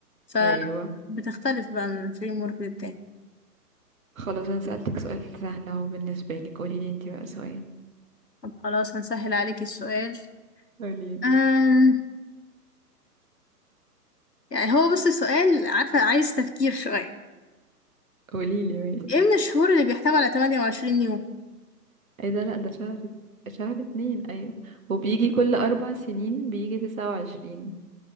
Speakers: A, on the left; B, on the right.
A: فبتختلف
B: أيوة
A: بقى من الفريم ورك للتاني
B: خلاص أنا سألتك سؤال سهل أهو بالنسبة لك قوليلي انتي بقى سؤال
A: طب خلاص هنسهل عليك السؤال
B: قوليلي
A: أم... يعني هو بص السؤال عارفة عايز تفكير شوية
B: قوليلي ماشي
A: ايه من الشهور اللي بيحتوي على 28 يوم
B: ايه ده لا ده شهر شهر اتنين ايوه وبيجي كل اربع سنين بيجي تسعة وعشرين